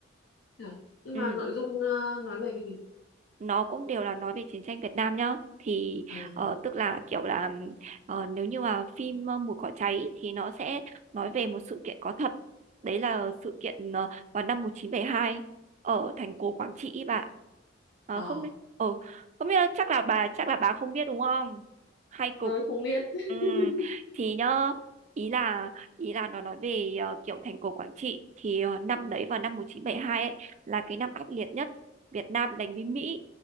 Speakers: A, on the left; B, on the right.
A: Được. Nhưng
B: ừ
A: mà nội dung ờ, nói về cái gì?
B: nó cũng đều là nói về chiến tranh Việt Nam nhá thì
A: À,
B: ờ, tức là kiểu là ờ, nếu như mà phim ờ, Mùa cỏ cháy thì nó sẽ nói về một sự kiện có thật đấy là sự kiện ờ, vào năm một nghìn chín trăm bảy mươi hai ở thành cổ Quảng Trị ý bà Ờ,
A: ờ,
B: không biết ờ, không biết là- chắc là bà chắc là bà không biết đúng không hay cục
A: tôi không biết. <laughs>
B: ừ, thì nhá ý là ý là nó nói về ờ, kiểu thành cổ Quảng Trị thì ờ, năm đấy vào năm 1972 ấy là cái năm ác liệt nhất Việt Nam đánh với Mỹ